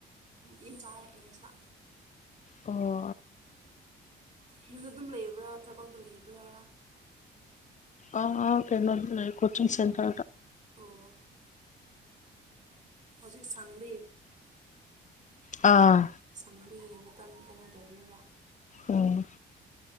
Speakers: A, on the right; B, on the left.
A: ꯌꯦꯟꯖꯥꯛ ꯌꯦꯟꯁ
B: ꯑꯣ
A: ꯌꯨꯝꯗ ꯑꯗꯨꯝ ꯂꯩꯕ꯭ꯔꯥ ꯊꯕꯛꯇ ꯂꯩꯕ꯭ꯔꯥ
B: ꯑ ꯀꯦꯣ ꯂꯩ ꯀꯆꯤꯡ ꯁꯦꯟꯔꯣ
A: ꯑꯣ ꯍꯧꯖꯤꯛ ꯁꯥꯡꯕ
B: ꯑꯥ
A: ꯁꯪꯕꯤꯒꯤ ꯃꯇꯝ ꯄꯦꯅ ꯇꯧꯕꯅꯦꯕ
B: ꯑꯣ